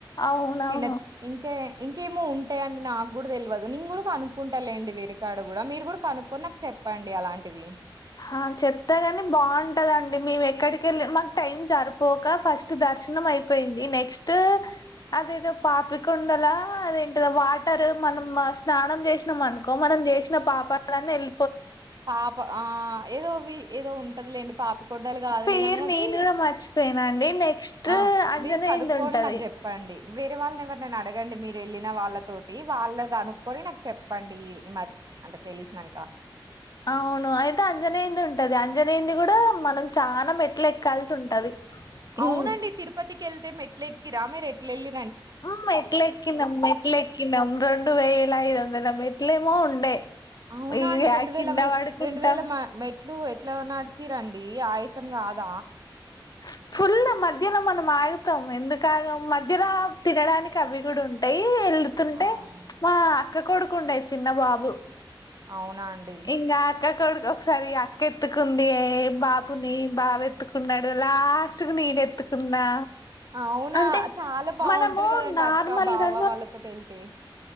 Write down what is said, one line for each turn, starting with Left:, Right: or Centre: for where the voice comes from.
Left: అవునవును
Right: చిన్న ఇంతే ఇ కేమో ఉంటయి అండి నాక్ గుడ తెల్వదు నేన్ గుడ కనుక్కుంట లేండి వేరుకాడ గుడ మీర్ గుడ కనుక్కొని నాక్ చెప్పన్ అండి అలాంటివి
Left: ఆ చెప్తగని బావుంటదండి. మేమ్ ఎక్కడికెళ్ళి మాక్ టైం సరిపోక ఫస్ట్ దర్ష్ చ్చినం అయ్పోయింది నెక్స్ట్ అదేదో పాపికొండలా అదేంటిదొ వాటర్ మనం స్నానం చేసినం అనుకొ మనం నం జెశిన పాపాలన్ని ఏల్
Right: పాప ఆ ఏదోవి ఏదో ఉంటదిలేండి పాపిక్ కొండలు గాదులే
Left: పేరు
Right: గని అది
Left: నేను కూడా మర్చిపోయినా అండి నెక్స్ట్
Right: ఆ
Left: అంజనేయంది
Right: మీర్ కనుక్కొని
Left: ఉంటది
Right: నాక్ జెప్పండ్ ఇ వేరె వాళ్ళని ఎవరినైన అడ్ గండి మీర్ ఎళ్ళిన వాళ్ళతొటి వాళ్ళ అనుకొని నాక్ చెప్పండి. ఈ మ అంటే తెలిశ్నంక
Left: ఔను అయితే అంజనేంది ఉంటది. అంజనేయంది గుడ మనం చాన మెట్ల్ ఎక్కాల్స్ ఉంటది. ఉమ్
Right: అవునండి తిరుపతికి ఎళ్తే మెట్ల్ ఎక్కిర మీరు ఎట్లెలి
Left: ఉమ్ మెట్లెకినం మెట్లెకినం రెండువేల ఐదువందల మెట్ ట్లేమో ఉండే
Right: ఔనఅండి
Left: ఇగ
Right: రెండువెల
Left: కింద
Right: మె
Left: పడుకుంటాం
Right: రెండు వేల మ మెట్లు ఎట్ల నడిచిర్రండి డి ఆయ్సం గాద
Left: <inaudible> ఫుల్ మధ్యలొ మనం ఆగుతం. ఎందుకు ఆగం మధ్యల తినడానికి అవి గుడ ఉంటయ్. కి వెళ్ళుతుంటే
Right: అవునా?
Left: మా అక్క కొడుకుఉండే చిన్న బాబు
Right: అవునా అండి?
Left: ఇంగాక కొడుక్ ఒక్సారి అక్క ఎత్తుకుంది బాబుని బావ ఎత్తుకున్నడు. లాస్ట్కు నేన్ ఎత్తుకున్నా
Right: ఔన
Left: అంటే
Right: చాలా బావుంటది
Left: మనము
Right: గదండి
Left: నార్మల్గా
Right: అక్క బావ వాళ్ళతొటి ఏళ్తే